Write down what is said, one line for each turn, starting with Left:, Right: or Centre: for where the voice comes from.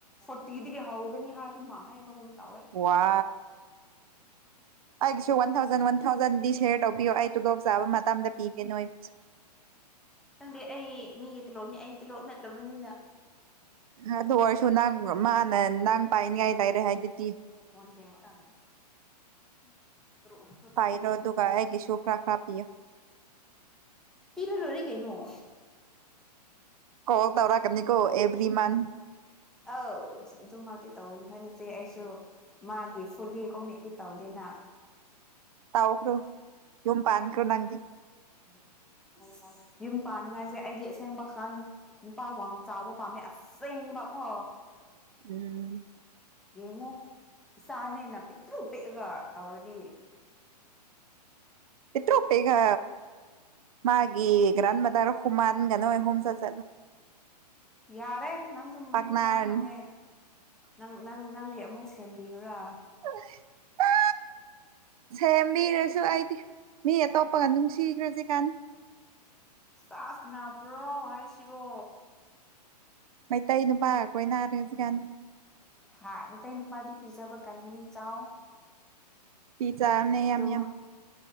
Centre: ꯐꯣꯔꯇꯤꯗꯒꯤ ꯍꯧꯒꯅꯤ ꯍꯥꯏꯕꯅꯃ ꯍꯥꯏꯕꯒꯨꯝ ꯇꯧꯋꯦ
Right: ꯋꯥ ꯑꯩꯁꯨ ꯋꯥꯟ
Centre: ꯎꯝ
Right: ꯊꯥꯎꯖꯟ ꯋꯥꯟ ꯊꯥꯎꯖꯟꯗꯤ ꯁꯌꯔ ꯇꯧꯕꯤꯌꯣ ꯑꯩ ꯇꯨꯗꯣꯞ ꯆꯥꯕ ꯃꯇꯝꯗ ꯄꯤꯒꯦ ꯅꯣꯏ ꯑꯩ
Centre: ꯈꯪꯗꯦ ꯑꯩ ꯃꯤꯒꯤ ꯇꯣꯂꯣꯞꯅꯤ ꯑꯩ ꯇꯤꯂꯣꯞ ꯅꯠꯇꯕꯅꯤꯅ
Right: ꯑꯗꯨ ꯑꯣꯏꯔꯁꯨ ꯅꯪ ꯃꯥꯅ ꯅꯪ ꯄꯥꯏꯅꯤꯉꯥꯏ ꯂꯩꯔꯦ ꯍꯥꯏꯗꯨꯗꯤ
Centre: ꯐꯟꯦ <unintelligible>
Right: ꯄꯥꯏꯔꯣ ꯑꯗꯨꯒ ꯑꯩꯒꯤꯁꯨ ꯈꯔꯥ ꯈꯔꯥ ꯄꯤꯌ‌ꯣ
Centre: ꯄꯤꯔ ꯂ‌ꯣꯏꯔꯦ ꯀꯩꯩꯅ‌ꯣ
Right: ꯀꯣꯜ ꯇꯧꯔꯛꯀꯅꯤꯀꯣ ꯑꯦꯕ꯭ꯔꯤ ꯃꯟ
Centre: ꯑꯎ ꯑꯗꯨꯃꯛꯇꯤ ꯇꯧꯅꯨ ꯅꯆ‌ꯦ ꯑꯩꯁꯨ ꯃꯥꯒꯤ ꯐꯨꯜꯂꯤ ꯀꯣꯃꯤꯠꯂꯤ ꯇꯧꯗꯦꯅ
Right: ꯇꯧꯈ꯭ꯔꯣ ꯌꯨꯝ ꯄꯥꯟꯈ꯭ꯔꯣ ꯅꯪꯗꯤ
Centre: <unintelligible> ꯌꯨꯝ ꯄꯥꯅꯤꯡꯉꯥꯏꯁꯦ ꯑꯩꯗꯤ ꯑꯁꯦꯡꯕ ꯈꯥꯟ ꯅꯨꯄꯥ ꯋꯥꯡ ꯆꯥꯎꯕ ꯄꯥꯝꯃꯦ ꯑꯁꯦꯡꯕ ꯀꯣ
Right: ꯎꯝ
Centre: ꯌꯦꯡꯉꯣ ꯏꯆꯥꯅꯦꯅ ꯄꯤꯛꯇ꯭ꯔꯨ ꯄꯤꯛꯑꯒ ꯇꯧꯔꯗꯤ
Right: ꯄꯠꯇ꯭ꯔꯣꯄꯦꯒ ꯃꯥꯒꯤ ꯒ꯭ꯔꯥꯟ ꯃꯗꯔ ꯍꯨꯃꯥꯟꯒꯅꯣ ꯍꯣꯝ ꯆ ꯆꯂ
Centre: ꯌꯥꯔꯦ ꯅꯪꯁꯨ ꯃꯃꯤꯡ
Right: ꯄꯥꯛꯅꯔꯅꯤ
Centre: ꯐꯖꯅ ꯈꯪꯉꯦ ꯅꯪ ꯅꯪ ꯅꯪꯒꯤ ꯑꯃꯨꯛ ꯁꯦꯝꯕꯤꯌꯨꯔꯥ
Right: <unintelligible> ꯃꯥ ꯁꯦꯝꯕꯤꯔꯁꯨ ꯑꯩꯗꯤ ꯃꯤ ꯑꯇꯣꯞꯄꯒ ꯅꯨꯡꯁꯤꯈ꯭ꯔꯁꯤ ꯀꯥꯟ
Centre: ꯆꯥꯛꯥꯁꯅꯥꯕ꯭ꯔꯣ ꯍꯥꯏꯁꯤꯕꯣ
Right: ꯃꯩꯇꯩ ꯅꯨꯄꯥꯒ ꯀ‌ꯣꯏꯅꯔ‌ꯦ ꯍꯧꯖꯤꯛ ꯀꯥꯟ
Centre: ꯍꯥꯏ ꯃꯩꯇꯩ ꯅꯨꯄꯥꯗꯤ ꯄꯤꯖꯕ ꯀꯟꯕꯅꯤ ꯆꯥꯎ
Right: ꯄꯤꯖꯥ ꯅ‌ꯦ ꯌꯥꯝ
Centre: ꯑꯗꯨꯃ
Right: ꯌꯥꯝ